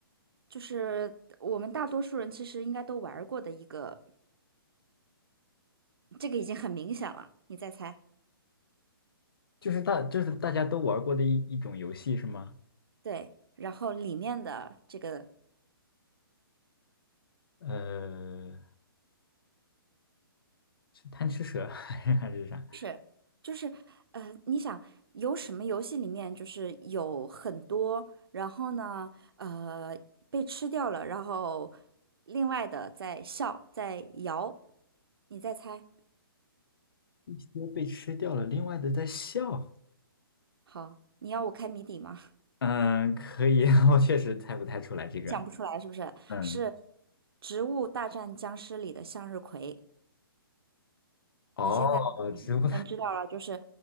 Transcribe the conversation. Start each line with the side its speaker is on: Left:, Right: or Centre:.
Right: 就是我们大多数人其实应该都玩儿过的一个，这个已经很明显了。你再猜，
Left: 就是大就是大家都玩过的一一种游戏是吗？
Right: 对，然后里面的这个
Left: 呃，是贪吃蛇 <laughs> 还是还是啥？
Right: 是，就是，呃，你想有什么游戏里面就是有很多，然后呢，呃，被吃掉了，然后另外的在笑，在摇，你再猜。
Left: 一些被吃掉了，另外的在笑。
Right: 好，你要我开谜底吗？<laughs>
Left: 嗯，可以，<laughs> 我确实猜不太出来这个。
Right: 你想不出来是不是？
Left: 嗯，
Right: 是《植物大战僵尸》里的向日葵。
Left: 哦，
Right: 你现在嗯能知道了，
Left: 植物。
Right: 就是，